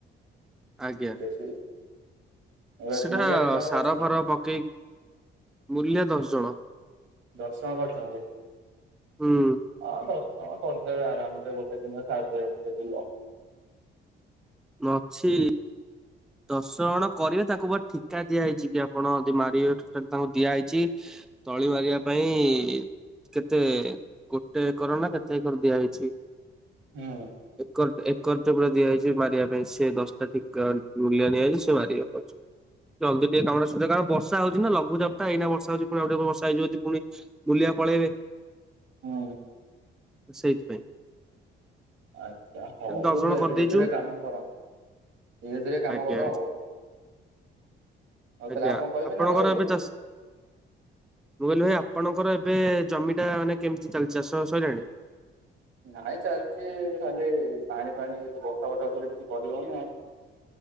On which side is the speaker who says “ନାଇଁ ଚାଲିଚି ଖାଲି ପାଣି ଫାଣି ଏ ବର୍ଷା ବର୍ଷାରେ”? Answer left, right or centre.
Right